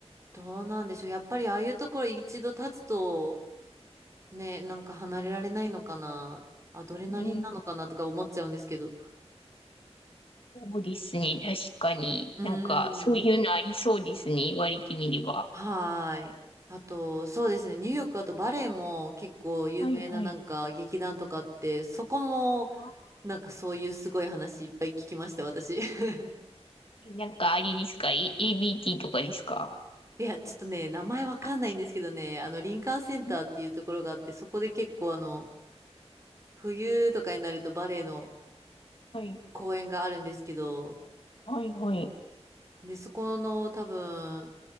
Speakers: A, on the right; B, on the left.
A: どうなんでしょう。やっぱりああいうところ一度立つと、ね、なんか離れられないのかな。アドレナリンなのかなとか思っちゃうんですけど。
B: うんそうですね、確かに。
A: うん。
B: なんか、そういうのありそうですね、言われてみれば。
A: はーい。あと、そうですね。ニューヨーク、あとバレエも結構有名ななんか劇団とかあって、
B: はいはい。
A: そこも
B: あ
A: なんかそういうすごい話いっぱい聞きました、私。<laughs>
B: なんか、あれですか、A、b t とかですか
A: いや、ちょっとね、名前わかんないんですけどね、
B: あ、違
A: あの、林間センターっていうところがあって、
B: う
A: そこで結構あの、冬とかになるとバレエの
B: はい。
A: 公演があるんですけど、
B: はい、はい。
A: で、そこの多分、